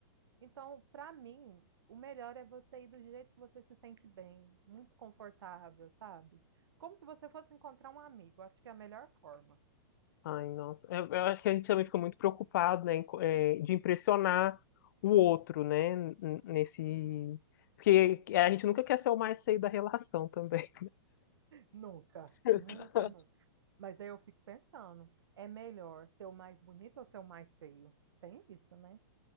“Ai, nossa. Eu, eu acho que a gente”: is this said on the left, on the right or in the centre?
Left